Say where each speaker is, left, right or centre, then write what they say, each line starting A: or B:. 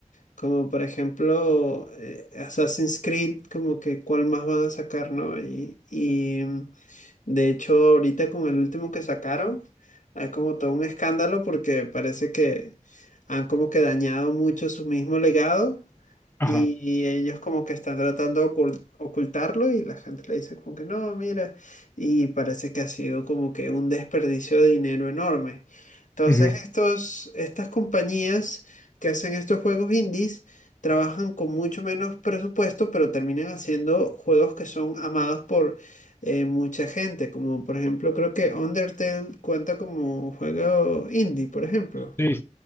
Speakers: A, on the left; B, on the left.
A: como por ejemplo eh, Assassin's Creed, como que cuál más van a sacar, ¿no? Y, y mm, de hecho ahorita con el último que sacaron, hay como todo un escándalo porque parece que han como que dañado mucho su mismo legado
B: Ajá.
A: y ellos como que están tratando de ocul- ocultarlo y la gente le dice como que no, mira, y parece que ha sido como que un desperdicio de dinero enorme. Entonces
B: ujú.
A: estos, estas compañías que hacen estos juegos indies trabajan con mucho menos presupuesto, pero terminan haciendo juegos que son amados por eh, mucha gente, como por ejemplo creo que Undertale cuenta como juego indie, por ejemplo.
B: Sí,